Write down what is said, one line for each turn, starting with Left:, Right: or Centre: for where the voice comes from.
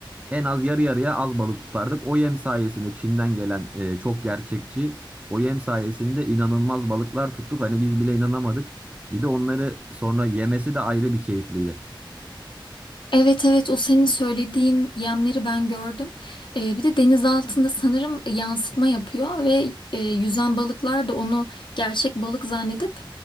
Right: en az yarı yarıya az balık tutardık. O yem sayesinde Çin'den gelen e, çok gerçekçi o yem sayesinde inanılmaz balıklar tuttuk. Hani biz bile inanamadık. Bir de onları sonra yemesi de ayrı bir keyifliydi.
Left: Evet evet o senin söylediğin yemleri ben gördüm. Ee, bir de deniz altında sanırım yansıtma yapıyor ve e, yüzen balıklar da onu gerçek balık zannedip